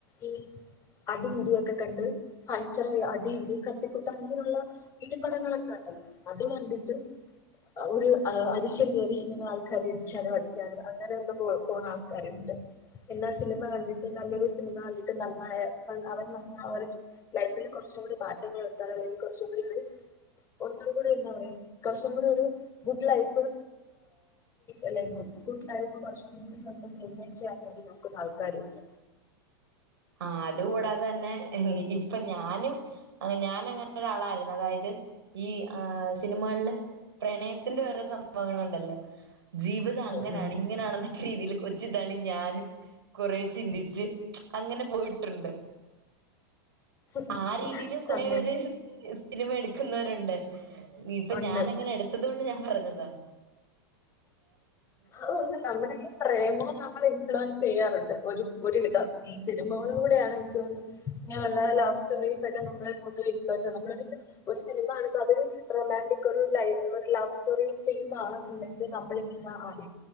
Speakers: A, on the left; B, on the right.
A: ഈ അടിയിടിയൊക്കെ കണ്ട് പഞ്ചറ അടിയിടി കത്തിക്കുട്ടണെങ്കിൽ. ഇടിപടങ്ങളൊക്കെ ഇണ്ടല്ലോ അത് കണ്ടിട്ട്. ഒരു അരിശ്യം കയറി ഇങ്ങനെ ആൾക്കാരെ ഇടിച്ചാലും അടിച്ചാനും അങ്ങനെ ഒന്ന് പോഴ പോണ ആൾക്കാര ഇണ്ട്. എന്നാ സിനിമ കണ്ടിട്ട് നല്ലൊരു സിനിമ കണ്ടിട്ട് നന്നായ അവർ നന്ന അവർ. ലൈഫില് കുറച്ചും കൂടി മാറ്റങ്ങൾ വരുത്താൻ അല്ലെങ്കിൽ കുറച്ചും കൂടി ഒരു. ഒന്ന്. കൂടി എന്താ പറയാ കുറച്ചും കൂടി ഒരു ഗുഡ് ലൈഫ്. അല്ലെട്ട ലൈഫ് കുറച്ചും കൂടി ഒൻ ചെയ്യാൻ വേണ്ടി നമുക്ക് താൽപര്യമുണ്ട്.
B: ആഹ് അതുകൂടാതെ തന്നെ ഇപ്പൊ ഞാനും. അഹ് ഞാൻ അങ്ങനെ ഒരാളായിരുന്നു അതായത് ഈ ആഹ് സിനിമകളില്. പ്രണയത്തിന്റെ ഓരോ സംഭവങ്ങളുണ്ടല്ലോ ജീവിത അത് അങ്ങനെയാണ്
A: ഉം
B: ഇങ്ങനെയണെന്നൊക്കെ രീതിയിൽ കൊച്ചു താളി ഞാനും കൊറച്ച് ചിന്തിച്ച്. അങ്ങനെ പോയിട്ടുണ്ട്
A: ഉം
B: ആഹ് രീതിയിലും കൊറെ
A: തന്നെ
B: പേര്. സിനിമ എടുക്കുന്നവരുണ്ട് ഇപ്പൊ
A: ഉണ്ട്
B: ഞാൻ അങ്ങനെ എടുത്തത് കൊണ്ട് ഞാൻ പറഞ്ഞതാ.
A: അതുകൊണ്ട് നമ്മുടെ പ്രേമവും നമ്മൾ ഇൻഫ്ലുവൻസ്. ചെയ്യാറുണ്ട് ഒരു ഒരുവിധം സിനിമകളിലൂടെയാണ് എനിക്ക് തോന്നുന്നത്. ഇങ്ങനെയുള്ള ലവ് സ്റ്റോറീസ് ഒക്കെ നമ്മളെ കട്ട് വക്കറ്റോ നമ്മളെ ഒരു സിനിമ ആണപ്പോ അതൊരു റൊമാന്റിക് ഒരു ലൈ ഒരു ലവ് സ്റ്റോറി ഫിലിം ആണെന്നുണ്ടെ നമ്മളിങ്ങനെ ആരും